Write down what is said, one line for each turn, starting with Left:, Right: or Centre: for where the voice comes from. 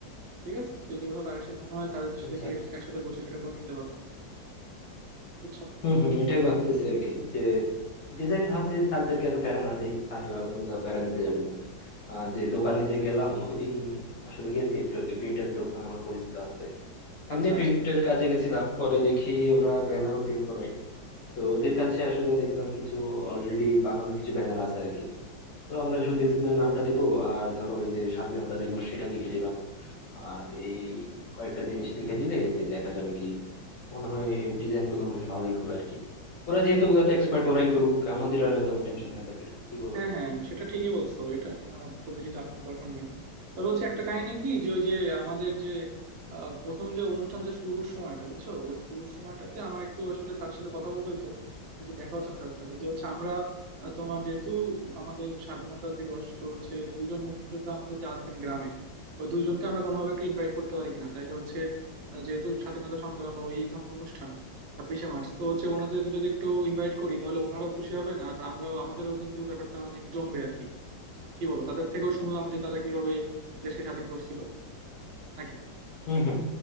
Right: ঠিক আছে তো যদি কোথাও কারেকশন মনে হয় স্যারের
Left: আচ্ছা
Right: থেকে একসাথে বসে সেটা করে নিতে পারো বুঝছো
Left: হম হম এটাই ভাবতেছি আর কি যে ডিজাইন ভাবতেছি স্যারদেরকে এত প্যারা না দেই স্যাররা আবার হুদা প্যারা নিতে যাবে কেন আর যে দোকানে যে গেলাম ওই দিন আসলে গেছি একটু আর কি প্রিন্টের দোকান আমার পরিচিত আছে এমনি
Right: আচ্ছা
Left: প্রিন্টের
Right: আচ্ছা
Left: কাজে গেছিলাম পরে দেখি ওরা ব্যানারও প্রিন্ট করায় তো ওদের কাছে আসলে দেখলাম কিছু অলরেডি বানানো কিছু ব্যানার আছে আর কি তো আমরা শুধু স্কুলের নামটা দিব আর ধরো ওই যে স্বাধীনতা দিবস সেটা লিখে দিলাম আর এই কয়েকটা জিনিস লিখে দিলে এই যে দেখা যাবে কি মনে হয় ডিজাইন গুলো মনে হয় ভালোই হবে আর কি ওরা যেহেতু ওগুলোতে এক্সপার্ট ওরাই করুক আমাদের আর এত টেনশন নেওয়ার দরকার কি কি বলো
Right: হ্যাঁ হ্যাঁ সেটা ঠিকই বলছো এটা নিয়ে খুব বেশি চাপ নেওয়ার দরকার নাই তবে হচ্ছে একটা কাহিনী কি যে ওই যে আমাদের যে আহ, প্রথম যে অনুষ্ঠান যে শুরুর সময়টা বুঝছো ওই শুরুর সময়টাতে আমার একটু আসলে স্যারের সাথে কথা বলতে হতো যদি দেখা হচ্ছে না স্যারের সাথে যে হচ্ছে আমরা আহ, তোমার যেহেতু আমাদের স্বাধীনতা দিবস তো হচ্ছে দুজন মুক্তিযোদ্ধা আমাদের যে আছেন গ্রামে ওই দুইজনকে আমরা কোনোভাবে একটু ইনভাইট করতে পারি কিনা তাইলে হচ্ছে আহ, যেহেতু স্বাধীনতা সংগ্রাম বা ওই ধরনের অনুষ্ঠান ছাব্বিশে মার্চ তো হচ্ছে ওনাদের যদি একটু ইনভাইট করি তাহলে ওনারাও খুশি হবেন আর আমরাও আমাদেরও কিন্তু ব্যাপারটা অনেক জমবে আর কি কি বলো তাদের থেকেও শুনলাম যে তারা কিভাবে দেশকে স্বাধীন করছিল নাকি
Left: হুম হুম